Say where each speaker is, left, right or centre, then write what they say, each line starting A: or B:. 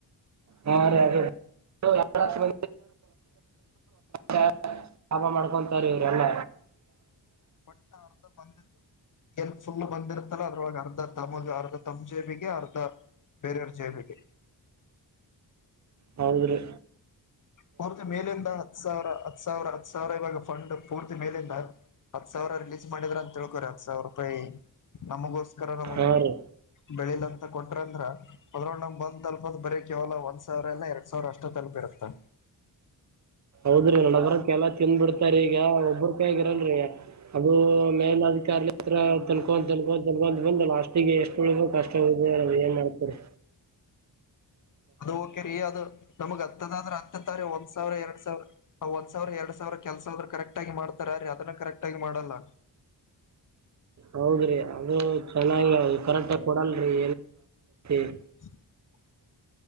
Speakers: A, on the right (about 40°); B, on the left (about 45°).
A: ಹಾ ಅ ಎರಡು ಲಕ್ಷ <unintelligible> <unintelligible> ಲಾಭ ಮಾಡ್ಕೊಂತಾರೆ ಇವ್ರಲ್ಲ.
B: ಒಟ್ಟ ಅರ್ಧ ಬಂದಿತ್ತು ಎ ಫುಲ್ ಬಂದಿರ್ತಾರ ಅದ್ರೊಗ. ಅರ್ಧ ತಮಗೆ ಅರ್ಧ ತಮ್ಮ ಜೇಬಿಗೆ ಅರ್ಧ ಬೇರೆಯವ್ರ ಜೇಬಿಗೆ. <inaudible>
A: ಹೌದ್ರೀ.
B: ಪೂರ್ತಿ ಮೇಲಿಂದ ಹತ್ತು ಸಾವಿರ ಹತ್ತು ಸಾವಿರ ಹತ್ತು ಸಾವಿರ ಇವಾಗ ಫಂಡ್ ಪೂರ್ತಿ ಮೇಲಿಂದ. ಹತ್ ಸಾವಿರ ರಿಲೀಸ್ ಮಾಡಿದ್ರ ಅಂತ ತಿಳ್ಕೋರಿ ಹತ್ ಸಾವಿರ ರೂಪಾಯಿ ನಮಗೋಸ್ಕರ ನಮಗೆ.
A: ಹಾಂ ರೀ
B: ಬೆಳಿಲ ಅಂತ ಕೊಟ್ರ ಅಂದ್ರ ಹೊದ್ರ ನಂಗ ಬಂದ ಅಲ್ಪ ಬರೀ ಕೇವಲ ಒಂದ್ ಸಾವಿರ ಇಲ್ಲಾ ಎರಡ್ ಸಾವಿರ ಅಷ್ಟೊತ್ತ <unintelligible>
A: ಹೌದ್ರಿ ನಡಬರಕ್ಕೆ ಎಲ್ಲ ತಿಂದ ಬಿಡ್ತಾರ ಈಗ ಒಬ್ಬ್ರ ಕೈಯಲ್ಲಿ ಇರಲ್ರಿ ಅದು ಮೇಲಧಿಕಾರಿ. ಹತ್ರ ತಿನ್ಕೊ ತಿನ್ನಕೊಂಡ್ ಬಂದು ಲಾಸ್ಟಿಗೆ ಎಷ್ಟ ಒಳಿಗು ಕಷ್ಟ ಹದೆ ನಾವ್ ಏನ್ ಮಾಡ್ತರಿ.
B: ಅದು ಓಕೆ ರೀ ಅದು ನಮಗ್ ಹತ್ತದಾದ್ರೆ ಹತ್ತತ್ತಾರಿಂ ಒಂದು ಸಾವಿರ ಎರಡ್ ಸಾವಿ ಒಂದ್ ಸಾವಿರ ಎರಡ್ ಸಾವಿರ ಕೆಲಸ ಆದ್ರರು ಕರೆಕ್ಟ್ ಆಗ ಮಾಡ್ತಾರ ರೀ ಅದನ್ನ ಕರೆಕ್ಟ್ ಒಟ್ಟಾಗಿ ಮಾಡಲ್ಲ.
A: ಹೌದ್ರಿ ಅದು ಚೆನ್ನಾಗಿ ಅ ಕರೆಕ್ಟ್ ಆಗ ಕೊಡಲ್ರರಿ <unintelligible>
B: <inaudible>